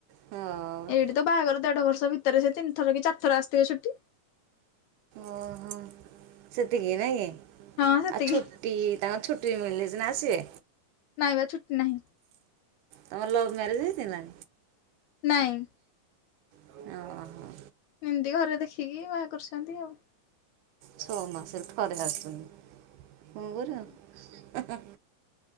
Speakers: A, on the right (about 80°); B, on the left (about 70°).
A: କି ହଉ।
B: ଏଇଠିତ ବାହାଘର ଦେଢ ବର୍ଷି ଭିତରେସେ ତିନିଥରକି ଚାର ଥର ଆସିିଥିବେ ଛୁଟି
A: ଓଁହୋ। ସେତିକି ନାଇଁକି
B: ହଁ ସେତିକି
A: ଆଉ ଛୁଟି ତାଙ୍କର ଛୁଟି ମିଳିଲେ ସିନା ଆସିବେ।
B: ନାଇଁ ବା ଛୁଟି ନାହିଁ
A: ତମର ଲଭ ମ୍ୟାରେଜ ହେଇଥିଲା?
B: ନାଇଁ।
A: ଓହୋ
B: ଏମିତି ଘରେ ଦେଖିକି ବାହା କରିଚନ୍ତି ଆଉ।
A: ଛଅ ମାସରେ ଥରେ ଆସୁଚନ୍ତି କଁ କରିବ।